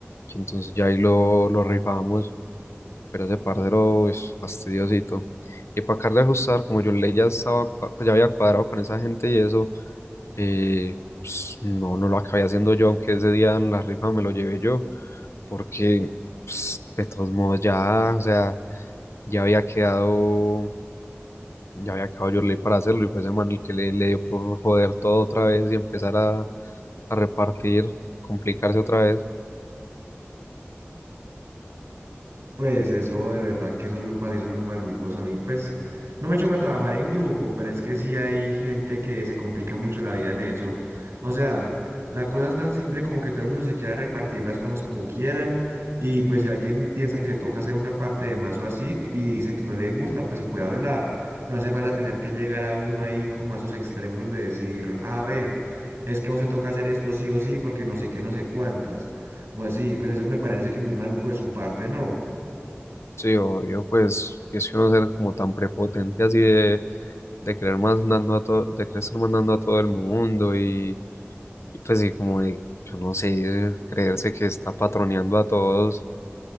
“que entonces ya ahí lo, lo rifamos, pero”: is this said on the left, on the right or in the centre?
Left